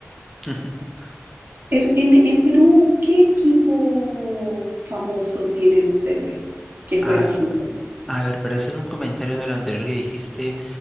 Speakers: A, in the centre; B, on the right.
A: <laughs>
B: En, en- en Perú, ¿qué equipo famoso tienen ustedes que juega
A: A,
B: fútbol?
A: a ver, para hacer un comentario de lo anterior que dijiste,